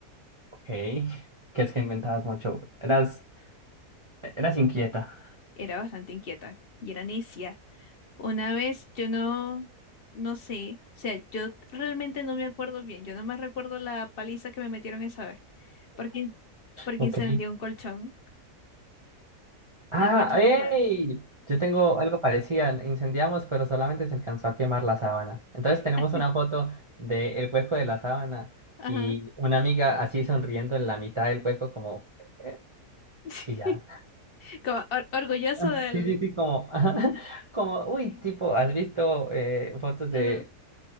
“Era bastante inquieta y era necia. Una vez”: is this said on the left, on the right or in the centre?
Left